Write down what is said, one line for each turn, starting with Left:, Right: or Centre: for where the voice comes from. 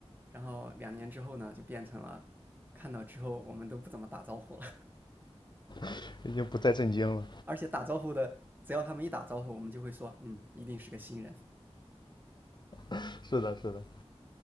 Right: 然后两年之后呢，就变成了看到之后我们都不怎么打招呼了，
Left: <laughs> 已经不再震惊了。
Right: <laughs> 而且打招呼的，只要他们一打招呼，我们就会说，嗯，一定是个新人，
Left: <laughs> 是的，是的，